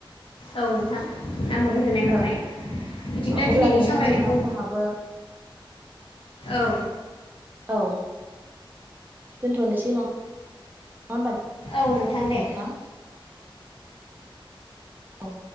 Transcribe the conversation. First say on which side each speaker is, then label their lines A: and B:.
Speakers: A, on the left; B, on the right.
A: औ नोंथां आंबो गोजोननाय मोनबाय
B: ओ
A: बिदिब्ला
B: अब्ला
A: दिनैनि
B: नोंथां
A: सावरायनायखौ
B: जोंना समाबो
A: औ
B: औ दोनथ'नोसै नङा होमबा
A: औ दे
B: नोंथां औ